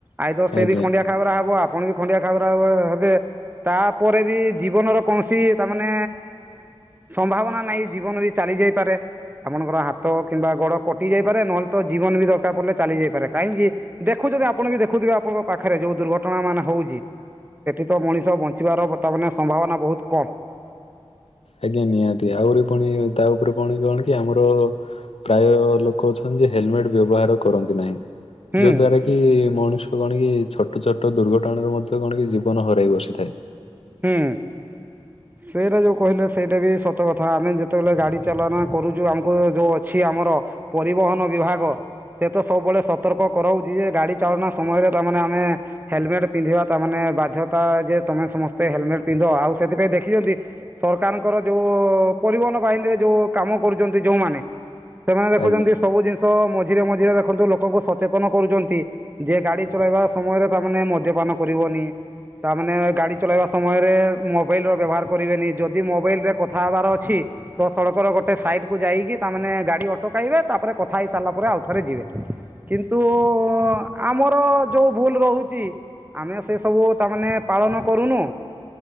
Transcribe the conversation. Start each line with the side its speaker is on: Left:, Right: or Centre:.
Right: ଆଇ ଦର୍ ସେ
Left: ଆଜ୍ଞା
Right: ବି ଖଣ୍ଡିଆ ଖାବରା ହବ ଆପଣ ବି ଖଣ୍ଡିଆ ଖାବରା ହେବେ। ତାପରେ ବି ଜୀବନର କୌଣସି ତାମାନେ ସମ୍ଭାବନା ନାହିଁ ଜୀବନ ବି ଚାଲି ଯାଇପାରେ ଆପଣଙ୍କର ହାତ କିମ୍ବା ଗୋଡ଼ କଟି ଯାଇପାରେ ନହେଲେ ତ ଜୀବନ ବି ଦରକାର ପଡ଼ିଲେ ଚାଲିଯାଇପାରେ କାହିଁକି ଦେଖୁଥିବେ ଆପଣ ବି ଦେଖୁଥିବେ ଆପଣଙ୍କ ପାଖରେ ଯୋଉ ଦୁର୍ଘଟଣା ମାନେ ହଉଛି, ସେଠି ତ ମଣିଷ ବଞ୍ଚିବାର ବର୍ତ୍ତମାନ ସମ୍ଭାବନା ବହୁତ କମ୍।
Left: ଆଜ୍ଞା ନିହାତି ଆହୁରି ପୁଣି ତା ଉପରେ ପୁଣି କଣ କି ଆମର ପ୍ରାୟ ଲୋକ ଅଛନ୍ତି ଯେ ହେଲମେଟ ବ୍ୟବହାର କରନ୍ତି ନାହିଁ
Right: ହୁଁ
Left: ଯୋ ଦ୍ୱାରା କି କି ମଣିଷ କଣ କି ଛୋଟ ଛୋଟ ଦୁର୍ଘଟଣାରେ ମଧ୍ୟ କଣ କି ଜୀବନ ହରାଇ ବସିଥାଏ।
Right: ହୁଁ। ସେଇଟା ଯେଉଁ କହିଲେ ସେଇଟା ବି ସତ କଥା ଆମେ ଯେତେବେଳେ ଗାଡ଼ି ଚାଳନା କରୁଛୁ ଆମକୁ ଯେଉଁ ଅଛି ଆମର। ପରିବହନ ବିଭାଗ। ସେତ ସବୁବେଳେ ସତର୍କ କରାଉଛି ଯେ ଗାଡ଼ି ଚାଳନା ସମୟରେ ତାମାନେ ଆମେ। ହେଲମେଟ ପିନ୍ଧିବା ତା ମାନେ ବାଧ୍ୟତା ଯେ ତମେ ସମସ୍ତେ ହେଲମେଟ ପିନ୍ଧ ଆଉ ସେଥିପାଇଁ ଦେଖିଛନ୍ତି। ସରକାରଙ୍କର ଯୋଉ ପରିବହନ ବାହିନୀରେ ଯୋଉ କାମ କରୁଛନ୍ତି ଯୋଉମାନେ। ସେମାନେ ଦେଖୁଛନ୍ତି
Left: ଆଜ୍ଞା
Right: ସବୁ ଜିନିଷ ମଝିରେ ମଝିରେ ଦେଖନ୍ତୁ ଲୋକଙ୍କୁ ସଚେତନ କରୁଛନ୍ତି। ଯିଏ ଗାଡି ଚଲେଇବା ସମୟରେ ତାମାନେ ମଦ୍ୟପାନ କରିବନି ତାମାନେ ଗାଡି ଚଲେଇବା ସମୟରେ ମୋବାଇଲର ବ୍ୟବହାର କରିବେନି ଯଦି ମୋବାଇଲରେ କଥା ହେବାର ଅଛି। ତ ସଡକର ଗୋଟେ ସାଇଟକୁ ଯାଇକି ତାମାନେ ଗାଡି ଅଟକାଇବେ ତାପରେ କଥା ହେଇ ସାରିଲା ପରେ ଆଉଥରେ ଯିବେ। କିନ୍ତୁ ଆମର ଯୋଉ ଭୁଲ ରହୁଛି। ଆମେ ସେ ସବୁ ତାମାନେ ପାଳନ କରୁନୁ